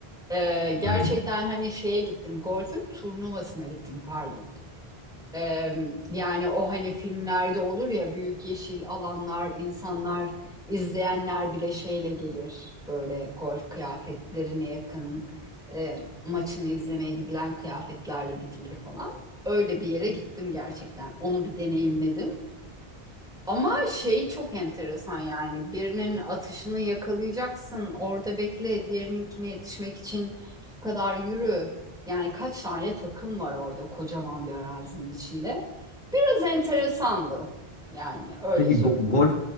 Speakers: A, in the centre; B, on the left.
A: Ee, gerçekten
B: Hmm.
A: hani şeye gittim. Golfün turnuvasına gittim pardon. Ee, yani o hani filmlerde olur ya büyük yeşil alanlar, insanlar, izleyenler bile şeyle gelir. Böyle golf kıyafetlerine yakın e, maçını izlemeye gidilen kıyafetlerle gidilir falan. Öyle bir yere gittim gerçekten. Onu bir deneyimledim. Ama şey çok enteresan yani birinin atışını yakalayacaksın orada bekle diğerininkine yetişmek için şu kadar yürü. Yani kaç tane takım var orada kocaman bir arazinin içinde. Biraz enteresandı. Yani öyle
B: Peki
A: söyleyeyim.
B: go- golf